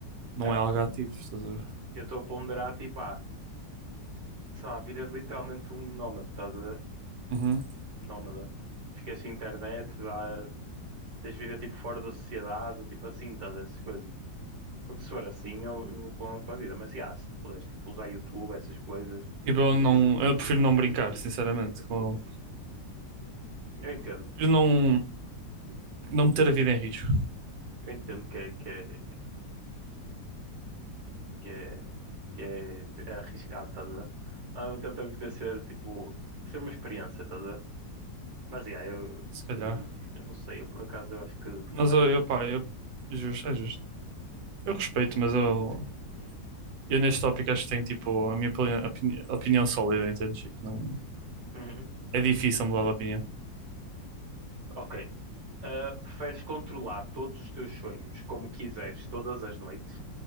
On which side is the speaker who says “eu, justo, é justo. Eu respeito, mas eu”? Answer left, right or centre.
Right